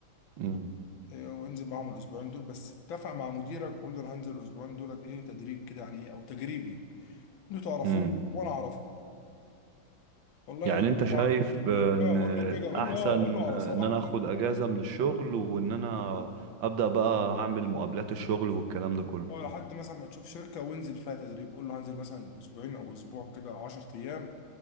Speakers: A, on the right; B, on the left.
A: امم
B: إيه وانزل معاهم الاسبوعين دول بس اتفق مع مديرك قول له انا هنزل الاسبوعين دولت ايه تدريب كده يعني ايه او تجريبي انتوا تعرفوني
A: امم
B: وانا اعرفكم والله
A: يعني انت
B: طبعا
A: شايف آه، ان
B: اه
A: الاحسن
B: قول له كده قول له اه قول له على صراحة
A: ان انا اخد
B: كده
A: اجازة من الشغل وان انا ابدأ بقى اعمل مقابلات الشغل والكلام ده كله
B: اه لحد مثلا ما تشوف شركة وانزل فيها تدريب قول له هنزل مثلا اسبوعين او اسبوع كده او 10 ايام